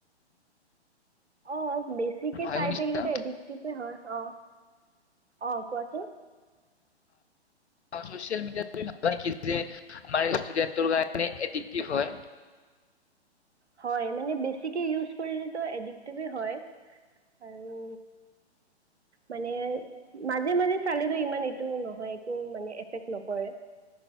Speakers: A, on the right; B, on the left.
A: অ' বেছিকে
B: হয়
A: চাই
B: শুনিছা
A: থাকিলো এডিক্টেভে হয় অ অ কোৱাচোন
B: চছিয়েল মিডিয়াতম ভাবা নিকি যে আমাৰ ষ্টুডেণ্টৰ কাৰণে এডিক্টিভ হয়
A: হয় মানে বেছিকে ইউজ কৰিলে এডিক্টেভেই হয় আৰু মানে মাজে মাজে চালে ইমান এইটো নহয় একো মানে এফেক্ট নকৰে